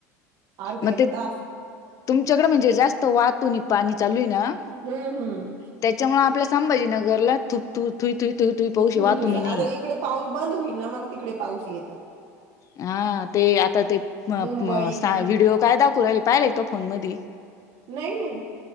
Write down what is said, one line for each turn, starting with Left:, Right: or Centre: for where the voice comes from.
Right: अर्धा एक
Left: मग ते
Right: तास
Left: तुमच्याकडे म्हणजे जास्त वाहतूनी पाणी चालू आहे ना?
Right: हम्म हम्म.
Left: त्याच्यामुळे आपल्या संभाजी नगरला थूप थुईथुई तु पहशी
Right: तुई
Left: वाहून
Right: तुई
Left: ह नाही.
Right: आता इकडे पाऊस बंद होईनना मग तिकडे पाऊस येत.
Left: हा ते आता ते व्हिडिओ
Right: मुंबई
Left: काय दाखवला पाहिले का फोन मध्ये?
Right: नाही नाही.